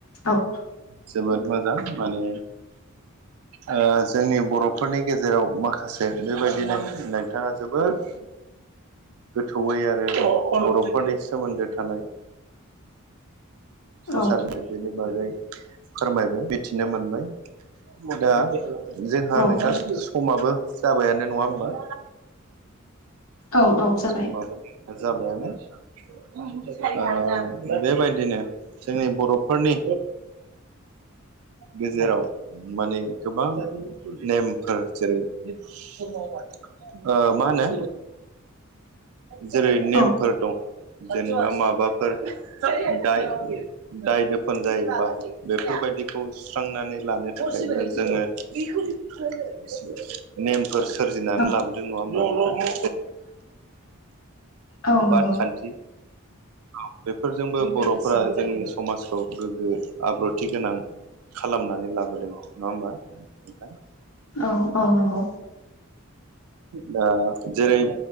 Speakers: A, on the left; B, on the right.
A: औ
B: जोबोद मोजां माने ओ जोंनि बर'फोरनि गेजेराव माखासे बेबायदि दिनै नोंथाङा जोबोद गोथौयै आरो बर'फोरनि सोमोन्दो थानाय संसार
A: औ
B: <unintelligible> बागै फोरमायबाय मिथिनो मोनबाय दा जोंहा
A: औ
B: नोंथां समाबो जाबायानो नङा होमबा?
A: औ औ जाबाय
B: समाबो जाबायानो ओ बेबायदिनो जोंनि बर'फोरनि गेजेराव माने गोबां नेमफोर जेरै ओ मा होनो जेरै नेमफोर
A: औ
B: दं जेनेबा माबाफोर दाय दाय दोफोन जायोबा बेफोरबायदिखौ सुस्रांनानै लानो थाखायबो जोङो <unintelligible> नेमफोर सोरजिनानै
A: औ
B: लाबोदों नङा होमा?
A: औ नंगौ
B: बाद खान्थि। औ बेफोरजोंबो बर'फोरा जोंनि समाजखौ गोग्गो आब्रुथि गोनां खालामनानै लाबोदों नङा होमबा नोंथां?
A: औ औ नंगौ
B: दा जेरै